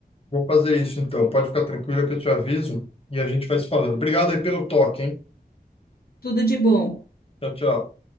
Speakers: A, on the left; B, on the left.
A: Vou fazer isso então. Pode ficar tranquila que eu te aviso e a gente vai se falando. Obrigado aí pelo toque, hein?
B: Tudo de bom.
A: Tchau, tchau.